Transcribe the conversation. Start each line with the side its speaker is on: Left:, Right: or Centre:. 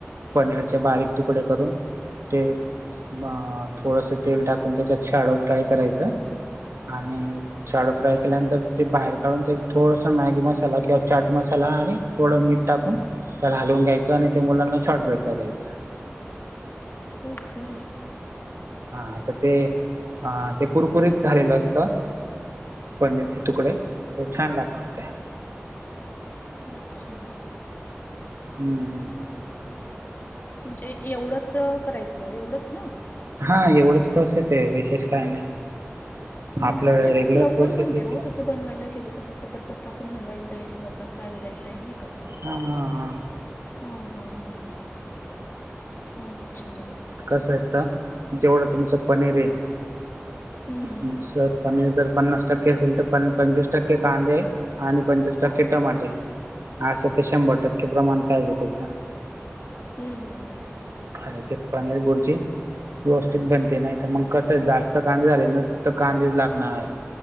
Right: पनीरचे बारीक तुकडे करून ते अ थोडस तेल टाकून त्याच्यात छाडो फ्राय करायच, आणि छाडो फ्राय केल्यानंतर, ते बाहेर काढून ते थोडस मॅगी मसाला, किंवा चाट मसाला आणि थोडं मीठऽ टाकून त्याला हालवून घ्यायचं, आणि ते मुलांना शॉर्ट ब्रेकला द्यायचं.
Left: ओके,
Right: आता ते, अ, ते कुरकुरीत झालेलं असतं. पनीरचे तुकडे तर छान लागतात ते -
Left: अच्छा,
Right: हम्म, हम्म,
Left: म्हणजे एवढंच करायचं, एवढंच ना.
Right: हा, एवढंच प्रोसेस आहे, विशेष काय नाही.
Left: हमम
Right: आपल्या
Left: म्हणजे
Right: रेग्युलर
Left: खूप लवकर
Right: प्रोसेस
Left: बनते
Right: आहे
Left: ओ,
Right: तेच
Left: तस बनवायला गेलं तर फक्त पट पट टाकून हलवायचेय,, थोडां फ्राय होऊन द्यायचेय नाही का?
Right: हां, हां, हां.
Left: हो हो हो. अच्छा
Right: कसं असत,, जेवढं तुमचं पनीर ये.
Left: हम्म,
Right: जर पनीर जर पन्नास टक्के असेल, तर पंच पंचवीस टक्के कांदे आणि पंचवीस टक्के टमाटे, असं ते शंभर टक्के प्रमाण पाहिजे त्याच.
Left: हम्म, हम हम.
Right: खायते पनीर बुर्जी. व्यवस्थित बनते,, नाही तर मग कसं जास्त कांदे झाले, तर फक्त कांदेच लागणार.